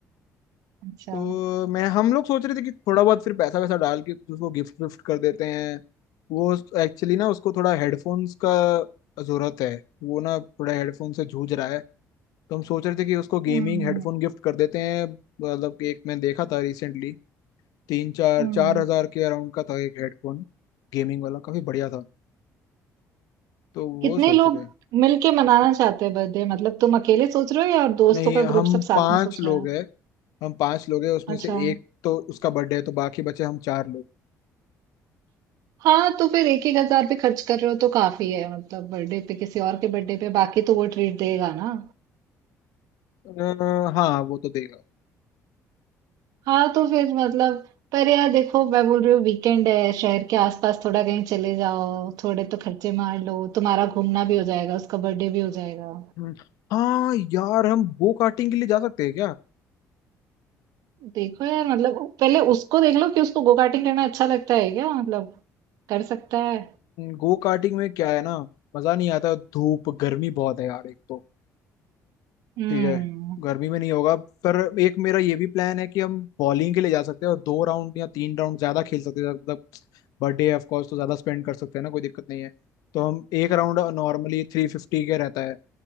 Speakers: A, on the right; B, on the left.
A: अच्छा
B: तो मैं हम लोग सोच रहे थे कि थोड़ा बहुत फिर पैसा वैसा डाल के कुछ उसको गिफ्ट विफ्ट कर देते हैं वो एक्चुअली ना उसको थोड़ा हेडफोन्स का जरूरत है वो ना थोड़ा हेडफोन से जूझ रहा है तो हम सोच रहे थे कि उसको गेमिंग
A: हम्म
B: हेडफोन गिफ्ट कर देते हैं मतलब कि एक मैं देखा था रिसेंटली तीन चार
A: हम्म
B: चार हजार के अराउंड का था एक हेडफोन गेमिंग वाला काफी बढ़िया था तो वो
A: कितने
B: सोच
A: लोग
B: रहे हैं।
A: मिलके मनाना चाहते हैं बर्थडे मतलब तुम अकेले सोच रहे हो या दोस्तों
B: नहीं
A: का ग्रुप
B: हम
A: सब साथ
B: पांच
A: में सोच
B: लोग
A: रहा है
B: हैं हम पांच लोग हैं उसमें
A: अच्छा
B: से एक तो उसका बर्थडे है तो बाकी बचे हम चार लोग
A: हाँ तो फिर एक एक हजार पे खर्च कर रहे हो तो काफी है मतलब बर्थडे पे किसी और के बर्थडे पे बाकी तो वो ट्रीट देगा ना
B: अ, हाँ वो तो देगा
A: हाँ तो फिर मतलब पर यार देखो मैं बोल रही हूँ वीकेंड है शहर के आसपास थोड़ा कहीं चले जाओ थोड़े तो खर्चे मार लो तुम्हारा घूमना भी हो जाएगा उसका बर्थडे भी हो जाएगा
B: हम्म, हाँ यार हम गो कार्टिंग के लिए जा सकते हैं क्या
A: देखो यार मतलब पहले उसको देख लो कि उसको गो कार्टिंग करना अच्छा लगता है क्या मतलब कर सकता है
B: गो कार्टिंग में क्या है ना मजा नहीं आता धूप गर्मी बहुत है यार एक तो
A: हम्म
B: ठीक है गर्मी में नहीं होगा पर एक मेरा ये भी प्लान है कि हम बॉलिंग के लिए जा सकते हैं और दो राउंड या तीन राउंड ज्यादा खेल सकते हैं मतलब बर्थडे ऑफ कोर्स तो ज्यादा स्पेंड कर सकते हैं ना कोई दिक्कत नहीं है तो हम एक राउंड नॉर्मली थ्री फिफ्टी के रहता है